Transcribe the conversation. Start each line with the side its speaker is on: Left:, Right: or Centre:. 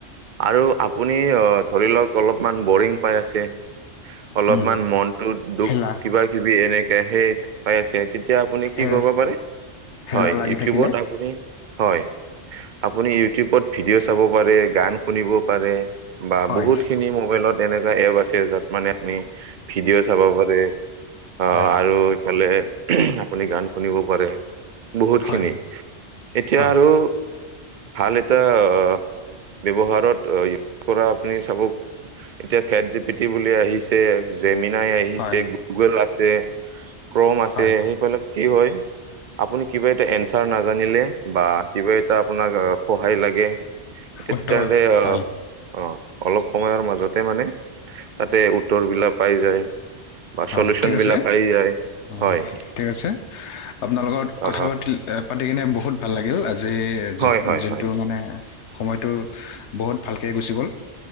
Right: আৰু আপুনি অ', ধৰি লওঁক অলপমান বৰিং পাই আছে অলপমান
Left: উম,
Right: মনটো দুখ
Left: হেলা
Right: কিবা কিবি এনেকে সেইত <unintelligible> তেতিয়া আপুনি কি
Left: হে
Right: কৰিব পাৰে
Left: হেলা
Right: হয়
Left: লাগি
Right: ইউঠিউবত
Left: থাকিলে
Right: আপুনি হয় আপুনি ইউটিউবত ভিডিঅ' চাব পাৰে, গান শুনিব পাৰে। বা
Left: হয়,
Right: বহুত খিনি মোবাইলত এনেকুৱা এপ আছে যাত মানে আপুনি ভিডিঅ' চাব পাৰে। অ',
Left: হয়,
Right: আৰু ইফালে আপুনি গান শুনিব পাৰে। বহুত
Left: হয়,
Right: খিনি এতিয়া
Left: হয়,
Right: আৰু ভাল এটা অ', ব্যৱহাৰত অ', ইউচ কৰা আপুনি চাব এতিয়া চেট জি পিটি বুলি আহিছে। সেয়ে জেমিনাই আহিছে,
Left: হয়,
Right: গুগল আছে, ক্ৰ'ম আছে
Left: হয়,
Right: সেইফালে কি হয়? আপুনি কিবা এটা এঞ্চাৰ নাজানিলে বা কিবা এটা আপোনাক আ-সহায় লাগে <unintelligible>
Left: উত্তৰ
Right: তেন্তে অ
Left: হয়,
Right: অ', অলপ সময়ৰ মাজতে মানে তাতে উত্তৰ বিলাক পাই যায়। বা
Left: হয়,
Right: চলিউচন
Left: ঠিক
Right: বিলাক
Left: আছে,
Right: পাই যায়।
Left: অ',
Right: হয়
Left: ঠিক আছে। আপোনাৰ লগত
Right: অ
Left: কথা পাতিল এ পাতি কিনে বহুত ভাল লাগিল আজি যোন
Right: হয় হয়
Left: যোনটো
Right: হয়
Left: মানে সময়টো বহুত ভালকে গুচি গ'ল।